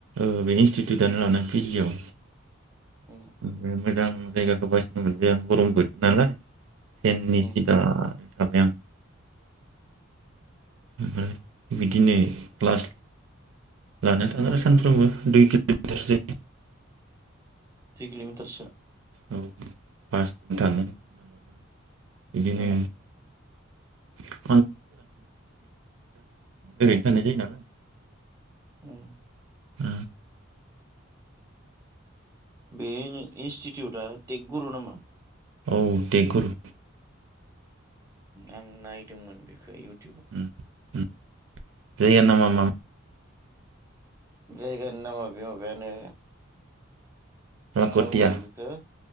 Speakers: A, on the right; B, on the right.
A: औ बे इन्स्टिटिउटनो लान पि जिआव
B: उम
A: ओमफ्राय मोजां जायगाखौ बासिनो मोनबाय आं गरम बोथोर नालाय फेननि
B: उम
A: सिटानो थाबाय आं ओमफ्राय बिदिनो क्लास लानो थाङ आरो सानफ्रोमबो दुइ किल'मिटार जायो
B: दुइ किल'मिटारसो
A: औ बासजों थाङो माब्लाबा बिदिनो
B: उम
A: <unintelligible> थानाय जायो नालाय
B: उम
A: ओ
B: बेनो इन्स्टिटिउटआ टेगगुरु नामा?
A: औ टेंगुर
B: आं नायदोंमोन बेखौ इउटुब
A: उम उम जैयामाम
B: जायगानि नामा बेम बेानो
A: लाख'टिया
B: मान बुं लै बिखौ